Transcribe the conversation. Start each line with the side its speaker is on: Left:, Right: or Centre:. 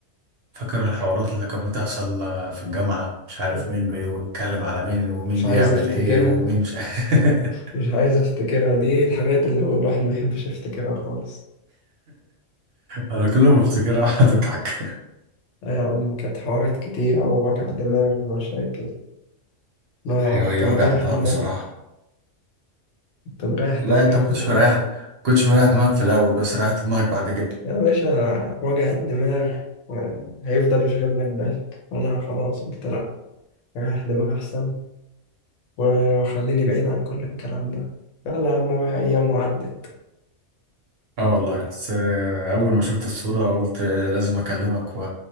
Right: فاكر الحوارات اللي كانت بتحصل آه، في الجامعة مش عارف
Left: مم.
Right: مين بيتكلم على مين ومين
Left: مش عايز
Right: بيعمل
Left: افتكرها
Right: ايه ومين مش <laughs>
Left: مش عايز افتكرها دي الحاجات اللي الواحد ما بيحبش يفتكرها خالص
Right: انا كل ما افتكرها اقعد اضحك
Left: أم، كانت حوارات كتيرة ووجع دماغ ومشاكل ما
Right: هي هي
Left: كنت مريح
Right: وجع دماغ
Left: دماغي
Right: بصراحة
Left: كنت مريح
Right: لا
Left: دماغي
Right: انت
Left: من
Right: ما كنتش
Left: كلها
Right: مريح ما كنتش مريح دماغك في الاول بس ريحت دماغك بعد كده
Left: يا باشا وجع الدماغ يعني هيفضل يشغل لك بالك وأنا خلاص قلت لأ ريح دماغي أحسن وخليني بعيد عن كل الكلام ده يلا يا عم أيام وعدت
Right: اه والله بس آه، اول ما شفت الصورة قلت آه، لازم اكلمك و-